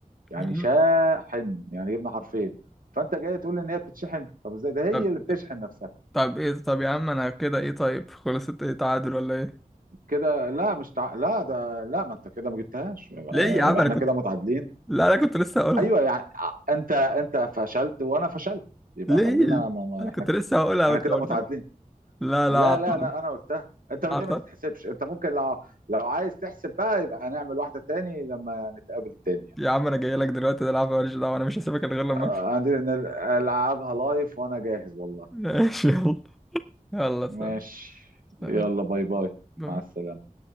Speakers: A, on the right (about 75°); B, in the centre.
A: يعني
B: يا عم
A: شاحن يعني جبنا حرفين فانت جاي تقول لي ان هي بتتشحن طب ازاي ده هي
B: طب
A: اللي بتشحن نفسها
B: طب إيه طب يا عم أنا كده إيه طيب خلصت إيه تعادل ولا إيه
A: كده لا مش تع... لا ده لا ما انت كده ما جبتهاش يبقى,
B: ليه يا عم
A: يبقى
B: أنا
A: احنا
B: كنت
A: كده متعادلين
B: لا أنا كنت لسه هقولها
A: ايوه يعني انت انت فشلت وانا فشلت يبقى
B: ليه؟
A: خلينا ما... ما...
B: انا
A: احنا
B: كنت لسه هقولها
A: احنا
B: وانت
A: كده
B: قلتها
A: متعادلين
B: لا
A: لا
B: لا عطل
A: لا لا انا قلتها انت
B: عطل
A: دي ما تتحسبش انت ممكن لو لو عايز تحسب بقى يبقى هنعمل واحده تاني لما نتقابل تاني
B: يا عم انا جاي لك دلوقتي ده العب ماليش دعوه انا مش هسيبك إلا غير لما
A: آه،
B: اكل
A: عندي نل- العبها لايف وانا جاهز والله
B: <laughs> ماشي يلا يلا
A: ماشي
B: سلام سلام
A: يلا باي باي
B: باي.
A: مع السلامه